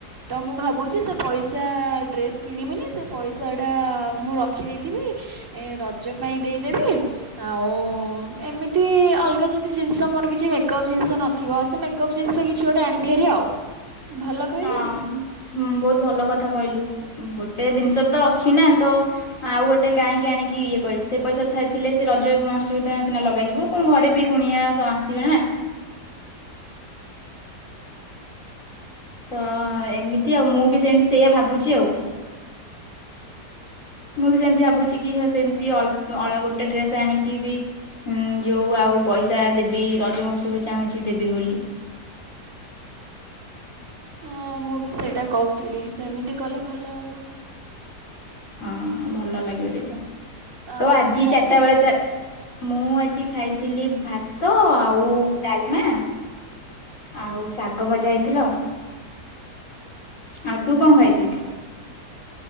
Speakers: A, on the right; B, on the left.
A: ତ ମୁଁ ଭାବୁଛି ସେ ପଇସା ଡ୍ରେସ୍ କିଣିବିନି ସେ ପଇସାଟା ମୁଁ ରଖିଦେଇଥିବି ରଜ ପାଇଁ ଦେଇ ଦେବି ଆଉ ଏମିତି ଅଲଗା ଯଦି ଜିନିଷ ମୋର କିଛି ମେକଅପ୍ ଜିନିଷ ନଥିବ ସେ ମେକଅପ୍ ଜିନିଷ କିଛି ଗୋଟେ ଆଣିବି ହୋର ଆଉ। ଭଲ କହିଲିନି
B: ହଁ ବହୁତ ଭଲ କଥା କହିଲୁ। ଗୋଟେ ଜିନିଷ ତ ଅଛି ନା ତ ଆଉ ଗୋଟେ କାହିଁକି ଆଣିକି ଇଏ କରିବୁ ସେ ପଇସା ଥା ଥିଲେ ସେ ରଜ ମସବ ସିନା ଲଗାଯିବ ତମ ଘରେ ବି କୁଣିଆ ସବ ଆସିବେ ନା ତ
A: ହଁ
B: ଏମିତି
A: ଆଉ
B: ଆଉଁ ବି ସେମିତି ସେଇଆ ଭାବୁଛି ଆଉ ମୁଁ ବି ସେମିତି ଭାବୁଛି କି ସେମିତି
A: ହଁ
B: ଅ ଅ ଗୋଟେ ଡ୍ରେସ ଆଣିକି ବି ହଁ ଯୋଉ ଆଉ ପଇସା ଦେବି ରଜମତ୍ସବ ଚାହୁଁଛି ଦେବି ବୋଲି
A: ହଁ ମୁଁ ବି ସେଇଟା କହୁଥିଲି ସେମିତି କଲେ ଭଲ ହେବ।
B: ହଁ ଭଲ ଲାଗିବ ସେଇଟା।
A: ଆଉ
B: ତ ଆଜି
A: କଣ ଖାଇଥିଲୁ?
B: ଚାରିଟା ବେଳେ ମୁଁ ଆଜି ଖାଇଥିଲି ଭାତ ଆଉ ଡାଲମା ଆଉ ଶାଗ ଆଗ ବଜା ହେଇଥିଲା ଆଉ। ଆଉ ତୁ କଣ ଖାଇଥିଲୁ?